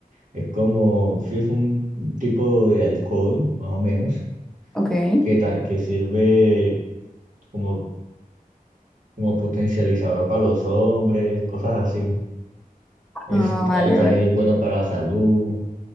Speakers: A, on the right; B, in the centre.
A: Es como, sí, es un tipo de alcohol, más o menos,
B: Ok.
A: que, ta- que sirve como, como potencializador para los hombres, cosas así. Es,
B: Ah, vale,
A: ahí también
B: vale.
A: es bueno para la salud.